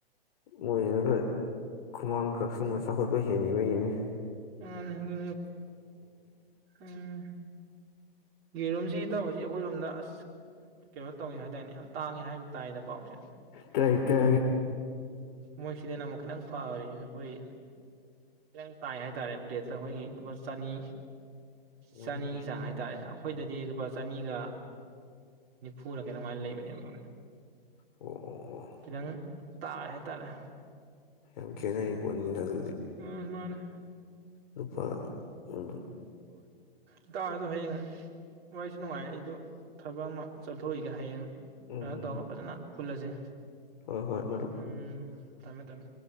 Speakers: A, on the left (about 50°); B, on the right (about 30°).
A: ꯃꯣꯏꯁꯤꯅ ꯈꯔ ꯈꯨꯃꯥꯡ ꯀꯛꯁꯤꯟꯕ ꯆꯥꯎꯈꯠꯄ ꯍꯦꯟꯉꯤꯕꯩꯅꯤꯅꯤ
B: ꯑ ꯑꯗꯨ ꯎꯝ ꯌꯦꯔꯨꯝꯁꯤ ꯇꯧ ꯍꯧꯁꯤꯛ ꯑꯩꯈꯣꯏ ꯔꯣꯝꯗ ꯑꯁ ꯀꯩꯅꯣ ꯇꯧꯏꯦ ꯍꯥꯏꯇꯥꯔꯅꯦ ꯌꯥꯝ ꯇꯥꯡꯉꯦ ꯍꯥꯏ ꯇꯥꯏꯗ ꯄꯥꯎꯁꯦ
A: ꯇꯥꯏꯇ
B: ꯃꯣꯏꯁꯤꯗꯅ ꯑꯃꯨꯛ ꯈꯤꯇꯪ ꯐꯦ ꯑꯩꯈꯣꯏ ꯈꯤꯇꯪ ꯇꯥꯏ ꯍꯥꯏꯇꯥꯔꯦ ꯄ꯭ꯂꯦꯠ ꯑꯩꯈꯣꯏꯒꯤ ꯂꯨꯄꯥ ꯆꯅꯤ
A: ꯎꯝ
B: ꯆꯅꯤ ꯆꯥꯡ ꯍꯥꯏꯇꯥꯔꯦ ꯑꯩꯈꯣꯏꯗꯗꯤ ꯂꯨꯄꯥ ꯆꯅꯤꯒ ꯅꯤꯐꯨꯅ ꯀꯩꯅꯝꯃꯥꯏꯅ ꯂꯩꯕꯅꯦꯕ
A: ꯑꯣ ꯑꯣ ꯑꯣ
B: ꯈꯤꯇꯪ ꯇꯥ ꯍꯥꯏ ꯇꯔꯦ
A: ꯌꯥꯝ ꯈꯦꯠꯅꯩ ꯄꯨꯣꯠꯅꯤꯡꯗꯜ
B: ꯎ ꯃꯥꯅꯦ
A: ꯅꯨꯄꯥ ꯎ
B: ꯏꯇꯥꯥꯡ ꯑꯗꯣ ꯍꯌꯦꯡ ꯋꯥꯔꯤꯁꯨ ꯅꯨꯡꯉꯥꯏ ꯑꯩꯗ ꯊꯕꯛ ꯑꯃ ꯆꯠꯊꯣꯛꯏꯒ ꯍꯌꯦꯡ
A: ꯎꯝ
B: ꯀꯩꯅꯣ
A: ꯎꯝ
B: ꯇꯧꯔꯒ ꯐꯖꯅ ꯄꯨꯜꯂꯁꯦ
A: ꯍꯣꯏ ꯍꯣꯏ ꯃꯔꯨꯞ
B: ꯎꯝ ꯇꯃꯦ ꯇꯃꯦ